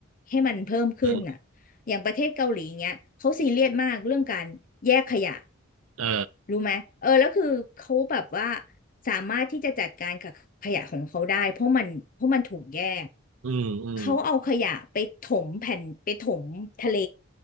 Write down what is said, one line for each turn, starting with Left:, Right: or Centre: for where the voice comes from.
Left: ให้มันเพิ่มขึ้นอ่ะ
Right: เออ
Left: อย่างประเทศเกาหลีเงี้ยเขาซีเรียสมากเรื่องการแยกขยะ
Right: เออ
Left: รู้ไหมเออแล้วคือเขาแบบว่าสามารถที่จะจัดการกับขยะของเขาได้เพราะมันเพราะมันถูกแยก
Right: อืมอืม
Left: เขาเอาขยะไปถมแผ่นไปถมทะเล